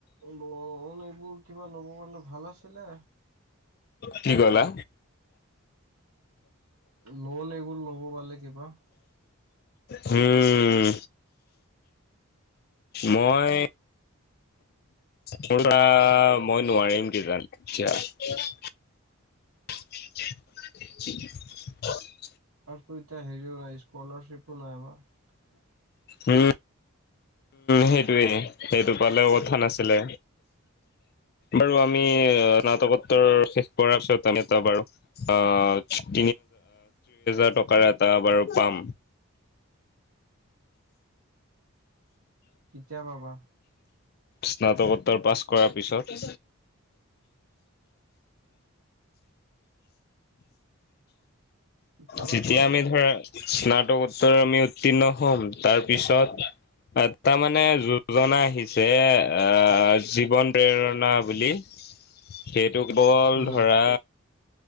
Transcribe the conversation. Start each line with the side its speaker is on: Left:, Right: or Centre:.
Right: লোন এইবোৰ কিবা ল'ব গ'লে ভাল আছিলে।
Left: কি ক'লা?
Right: লোন এইবোৰ ল'ব পাৰিলে কিবা
Left: হম মই মৰা মই নোৱাৰিম কিজান এতিয়া। <unintelligible>
Right: তোৰ এতিয়া হেৰিয়ৱৰা স্কলাৰশ্বিপো নাই হোৱা।
Left: উম। সেইটোয়ে সেইটো পালেও কথা নাছিলে। বাৰু আমি <unintelligible> এটা বাৰু পাম।
Right: <unintelligible> কেতিয়া পাবা?
Left: স্নাতকোত্তৰ পাছ কৰাৰ পিছত <unintelligible>
Right: কেতিয়াবা
Left: তেতিয়া,
Right: কৰে।
Left: আমি ধৰা স্নাতকোত্তৰ আমি উত্তীৰ্ণ হ'ম তাৰ পিছত টাৰ মানে। <unintelligible> আহিছে আঁ জীৱন প্ৰেৰণা বুলি। সেইটো কেৱল
Right: উম,
Left: ধৰা